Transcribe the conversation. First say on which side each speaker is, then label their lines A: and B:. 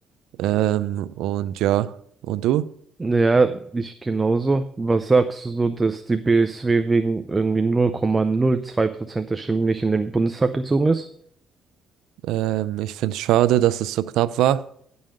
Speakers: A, on the right; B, on the right.
A: Ähm, und ja, und du?
B: Ja, ich genauso. Was sagst du so, dass die BSW wegen irgendwie 0,02 Prozent der Stimmen nicht in den Bundestag gezogen ist?
A: Ähm, ich finde es schade, dass es so knapp war,